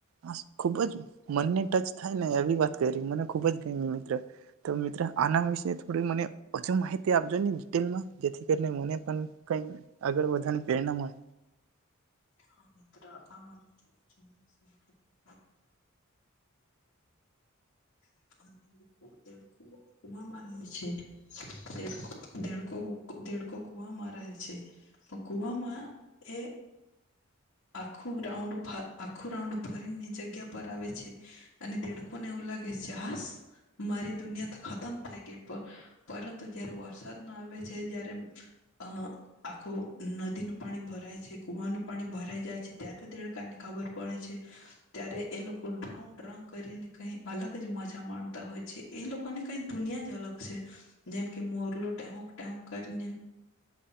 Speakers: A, on the right; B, on the left.
A: આ ખુબ જ મનને ટચ થાય ને આવી વાત કરી મને ખુબ જ ગમી મિત્ર તો મિત્ર આના વિશે થોડી મને હજુ માહિતી આપજોને ડીટેલમાં જેથી કરીને મને પણ કઈ આગળ વધવાની પ્રેરણા મળે
B: હા મિત્ર <unintelligible> <unintelligible> દેડકો દેડકો કુવામાં રહે છે દ દેડકો દેડકો દેડકો કુવામાં રહે છે પકૂવામાં એ આખું રાઉન્ડ ફ આખું રાઉન્ડ ફરીને જગ્યા પર આવે છે અને દેડકોને એવું લાગે કે <unintelligible> મારી દુનિયા તો ખતમ થઈ ગઈ પર પરંતુ જયારે વરસાદ ન આવે છે જયારે અમ અ આખું નદીનું પાણી ભરાય છે કુવાનું પાણી ભરાઈ જાય છે ત્યારે દેડકા ને ખબર પડે છે ત્યારે એ લોકો ડ્રાઉ ડ્રાઉ કરીને કઈ અલગ જ મજા માણતા હોય છે એ લોકોને કઈ દુનિયા જ અલગ છે જેમ કે મોરલો ટેહુક ટેહુક કરીને